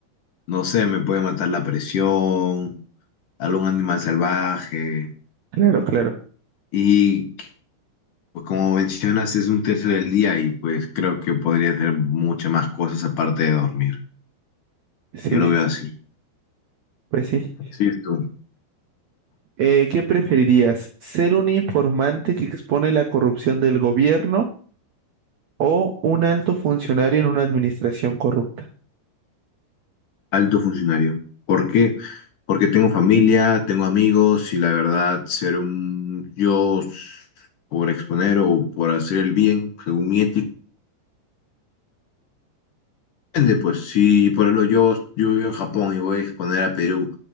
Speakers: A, on the left (about 55°); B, on the right (about 85°).
A: no sé, me puede matar la presión, algún animal salvaje.
B: Claro, claro.
A: Y pues, como mencionas, es un tercio del día y pues creo que podría hacer muchas más cosas aparte de dormir.
B: Sí,
A: Yo
B: sí,
A: lo veo
B: sí.
A: así.
B: Pues sí.
A: Sí, tú,
B: Eh, ¿qué preferirías? ¿Ser un informante que expone la corrupción del gobierno o un alto funcionario en una administración corrupta?
A: alto funcionario. ¿Por qué? Porque tengo familia, tengo amigos y la verdad, ser un yo s- por exponer o por hacer el bien, según mi ética, Depende, pues si por ejemplo yo, yo vivo en Japón y voy a exponer a Perú